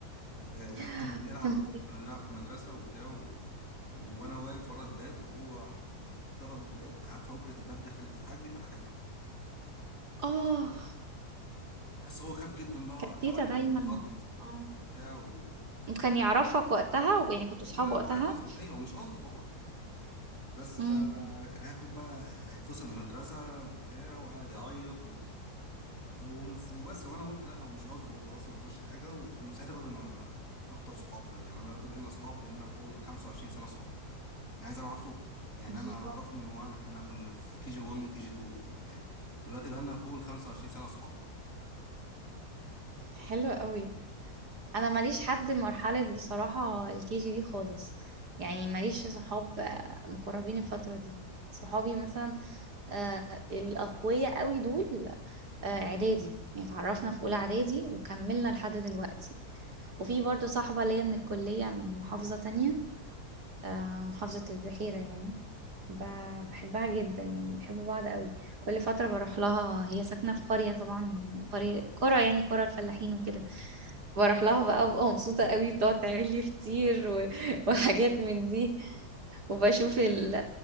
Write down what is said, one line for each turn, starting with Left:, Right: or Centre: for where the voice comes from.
Left: آه،
Right: <gasps>
Left: <laughs> كنا بنلعب
Right: يا نهاري
Left: كنا بنلعب في المدرسة وبتاع و... وانا واقف ورا الباب وهو ضرب الباب عارفة أكرة الباب دخلت في حاجبي فتحتها
Right: اه
Left: بس هو خاف جدا بقى وقعد
Right: كانت تيتا
Left: يعيط
Right: دايما
Left: واتخض
Right: اه
Left: وبتاع و
Right: وكان يعرفك وقتها ويعني كنتوا
Left: انا
Right: صحاب وقتها
Left: معرفة سطحية هو مش قصده طبعا بس فكان
Right: امم
Left: هياخد بقى هيتفصل من المدرسة وبتاع وقعد يعيط و... ومس- وبس وانا قلت لا هو مش قصده وخلاص ما حصلش حاجة ومن ساعتها بقى بقينا اكتر صحاب دلوقتي يعني انا دلوقتي بقينا صحاب بقينا فوق ال 25 سنة صحاب أنا عايز اعرفه يعني
Right: بالظبط
Left: انا اعرفه من هو احنا كنا في كي جي 1 وكي جي 2 يعني دلوقتي بقى لنا فوق ال 25 سنه اصحاب
Right: حلو قوي انا ماليش حد مرحله بصراحه الكي جي دي خالص يعني ماليش صحاب آه، مقربين الفتره دي صحابي مثلا آه، الاقوياء قوي دول آه، اعدادي يعني اتعرفنا في اولى اعدادي وكملنا لحد دلوقتي وفي برضو صاحبه ليا من الكليه من محافظه تانية آه، محافظه البحيره يعني ب- بحبها جدا يعني بنحب بعض قوي كل فترة بروح لها هي ساكنة في قرية طبعا قرية قرى يعني قرى الفلاحين وكده بروح لها بقى وببقى مبسوطة قوي بتقعد تعمل لي فطير و... <laughs> وحاجات من دي وبشوف ال...